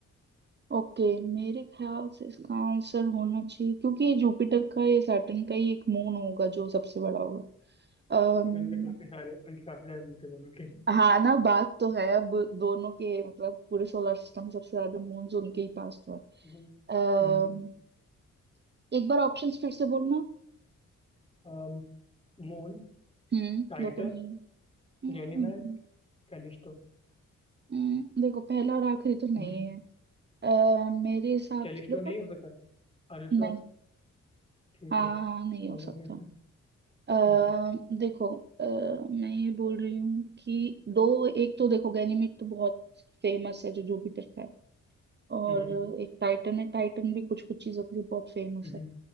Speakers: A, on the right (about 35°); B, on the left (about 20°).
A: ओके मेरे ख्याल से इसका आंसर होना चाहिए क्योंकि ये जुपिटर का या सैटर्न का ही एक मून होगा जो सबसे बड़ा होगा अम्म
B: लेकिन उनके काफी सारे उनके काफी सारे मिलते दोनों के
A: हाँ ना बात तो है अब दोनों के मतलब पूरे सोलर सिस्टम में सबसे ज्यादा मून्स उनके ही पास तो
B: हम्म
A: है अम्म
B: हम्म,
A: एक बार ऑप्शंस फिर से बोलना
B: अम, मून
A: हम्म
B: टाइटन
A: वो तो नहीं हम्म,
B: गैनीमेड कैलिस्टो
A: हम्म, देखो पहला और आखिरी तो नहीं
B: हम्म,
A: है आ, मेरे हिसाब
B: कैलिस्टो
A: से देखो
B: नहीं हो सकता अरे श्योर
A: नहीं
B: ठीक
A: हाँ
B: है
A: हाँ नहीं
B: बोलो
A: हो सकता
B: फिर
A: आ,
B: हम्म
A: देखो अ, मैं ये बोल रही हूँ कि दो एक तो देखो गैनीमेड तो बहुत फेमस है जो जुपिटर का है और
B: हम्म
A: एक टाइटन है टाइटन भी कुछ कुछ चीजों के लिए बहुत फेमस
B: हम्म,
A: है